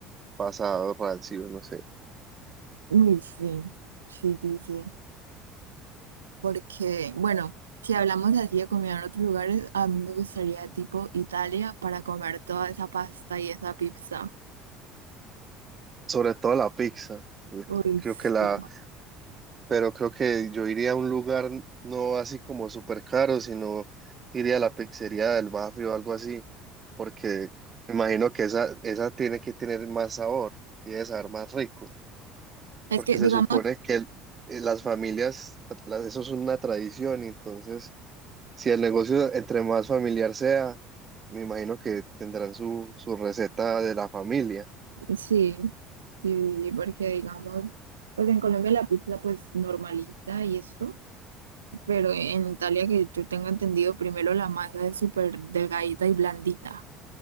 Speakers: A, on the right; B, on the right.
A: pasado, rancio, no sé.
B: Uy, sí, sí, sí, sí. Porque, bueno, si hablamos así de comida en otros lugares, a mí me gustaría tipo Italia para comer toda esa pasta y esa pizza.
A: Sobre todo la pizza.
B: Uy,
A: Creo
B: sí.
A: que la, pero creo que yo iría a un lugar no así como súper caro, sino iría a la pizzería del barrio o algo así, porque me imagino que esa, esa tiene que tener más sabor y debe saber más rico.
B: Es
A: porque
B: que,
A: se
B: digamos,
A: supone que el- eh, las familias, las- eso es una tradición, y entonces si el negocio entre más familiar sea, me imagino que tendrán su, su receta de la familia.
B: sí, sí, sí, porque digamos, pues en Colombia la pizza pues normalita y esto, pero en Italia que yo tengo entendido, primero la masa es súper delgadita y blandita.